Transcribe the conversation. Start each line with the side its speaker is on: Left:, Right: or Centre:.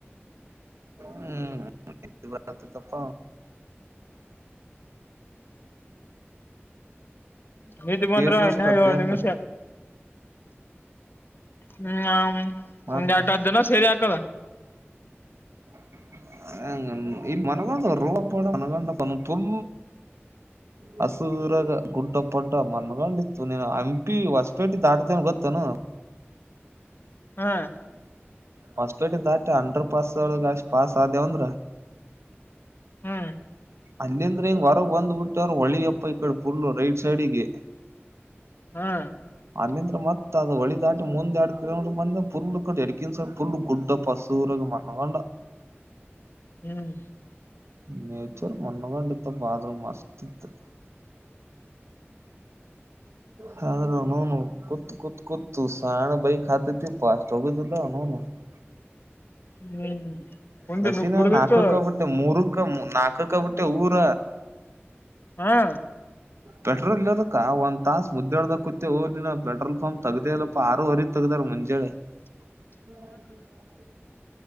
Right: ಹ್ಮ್ ಬರತ್ತಪ್ಪ
Left: ನಿದ್ದಿ ಬಂದ್ರಾ
Right: ಎಸ್ ದಿವ್ಸ
Left: ಇನ್ನ
Right: ತಪ್ಪೇಂತ
Left: ಏಳ ನಿಮಿಷ. ಹ್ಮ್
Right: ಮತ್ತ
Left: ಒಂದ್ ಎಟ ಜನ ಸೇರಿ ಹಾಕದ.
Right: <unintelligible> <inaudible> ಹಸುರಾದ ಗುಡ್ಡ ಪಡ್ಡ ಮನ್ಗೊಂಡಿತ್ತು ನೀನು ಹಂಪಿ ಹೊಸಪೇಟಿ ದಾಡ್ತನ್ ಗೊತ್ತನು. <inaudible>
Left: ಹ್ಮ್.
Right: ಹೊಸ್ಪೇಟೆ ದಾಟಿ ಅಂಡರ್ ಪಾಸ್ ಒಳಗ ಅಷ್ಟ್ ಪಾಸ್ ಆದೇವಂದ್ರ.
Left: ಹ್ಮ್.
Right: ಅಲ್ಲಿಂದ್ರ ಇಂಗ್ ಹೊರಗ್ ಬಂದ್ಬಿಟ್ಟವ್ರ ಹೊಳಿಯಪ್ಪ ಈ ಕಡೆ ಪುರ್ಲ್ಲ ರೈಟ್ ಸೈಡಿಗೆ.
Left: ಹಾ.
Right: ಅಲ್ಲಿಂದ್ರ ಮತ್ ಅದು ಹೊಳಿ ದಾಟಿ ಮುಂದೆ ಎರಡು ಕಿಲೋಮಟರ್ ಬಂದ ಪುಲ್ ಕಡೆ ಎಡಕನ್ ಸಲ್ ಪುಲ್ ಗುಡ್ಡಪ್ಪ. ತೂರಗ ಮಣಗಂಡ.
Left: ಹ್ಮ್.
Right: ನೇಚರ್ ಮನ್ನಗಂಡ್ ಇತ್ತ ಆದ್ರ ಮಸ್ತ್ ಇತ್ತು. ಹದ ನನು ಕೂತ್ ಕುೂತ್ ಕುೂತ್ ಸಾಣ ಭೈತೆೀ ಪಾಸ್ಟ್ ಹೋಗಿ <unintelligible>
Left: ಹ್ಮ್. ಉಂಡಿ
Right: ನಸಿನ
Left: ನುಗ್ ಗುಡ್ದಿತ್ತು
Right: ನಾಲ್ಕಕ್ಕಬುಟ್ಟೆ ಮುರುಕ ನಾಲ್ಕಕ್ಕಬುಟ್ಟೆ ಊರ.
Left: ಹಾ.
Right: ಪೆಟ್ರೋಲ್ ಇಲ್ಲದಕ್ಕ ಒಂದ ತಾಸ ಮುದ್ದ್ಯಾಡ್ದ ಕುುತ್ತವು ಪೆಟ್ರೋಲ್ ಪಂಪ್ ತಗ್ದೇ ಇಲ್ಲಪ್ಪಾ ಆರುವರಿ ತೆಗ್ದ. ಮಂಜಳೆ.
Left: <inaudible>
Right: <inaudible>